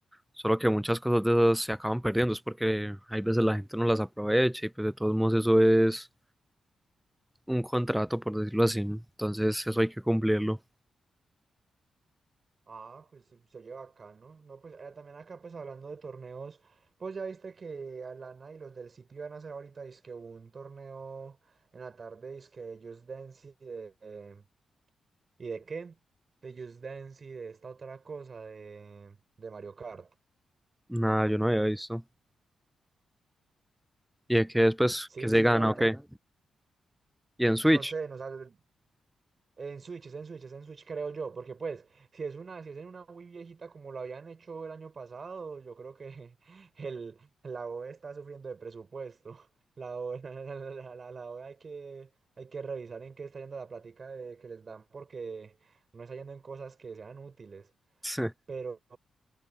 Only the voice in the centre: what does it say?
Solo que muchas cosas de esas se acaban perdiendo, es porque hay veces la gente no las aprovecha y pues de todos modos eso es un contrato, por decirlo así. Entonces eso hay que cumplirlo.
Nada, yo no había visto. ¿Y de qué después
que se
gana
o qué? ¿Y en Switch?
<laughs>